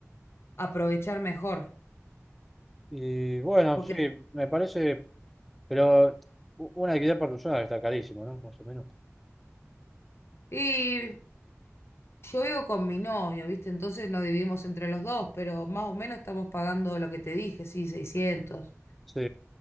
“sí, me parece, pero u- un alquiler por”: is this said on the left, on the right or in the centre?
Centre